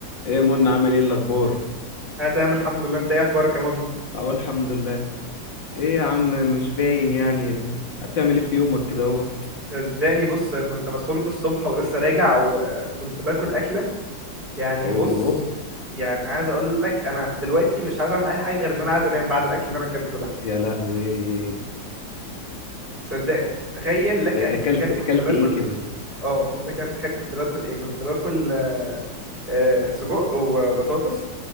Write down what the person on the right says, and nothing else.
انا تمام الحمد لله انت ايه اخبارك يا منى
صدقني بص كنت مسحول الصبح ولسه راجع وكنت باكل اكله يعني
بص يعني عايز اقول لك انا دلوقتي مش عايز اعمل اي حاجه غير ان انا عايز انام بعد الاكل اللي انا اكلته ده
صدقني تخيل لك
ان
تتخيل
كنت باكل
اه لك ان تتخيل كنت باكل ايه كنت باكل آه، سجق وبطاطس